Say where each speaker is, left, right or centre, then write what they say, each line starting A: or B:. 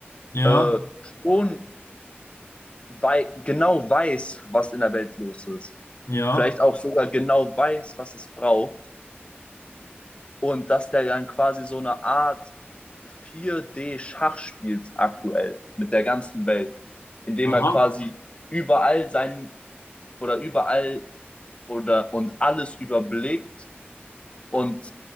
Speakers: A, on the left; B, on the left.
A: Ja,
B: äh, schon wei genau weiß, was in der Welt los ist.
A: ja,
B: Vielleicht auch sogar genau weiß, was es braucht. Und dass der dann quasi so eine Art 4D-Schach spielt aktuell mit der ganzen Welt, indem
A: aha,
B: er quasi überall sein oder überall oder und alles überblickt und